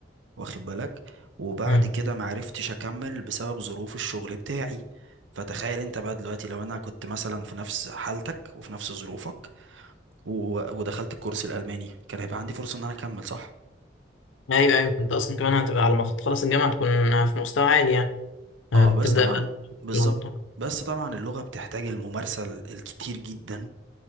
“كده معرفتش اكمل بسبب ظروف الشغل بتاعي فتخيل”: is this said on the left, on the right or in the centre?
Right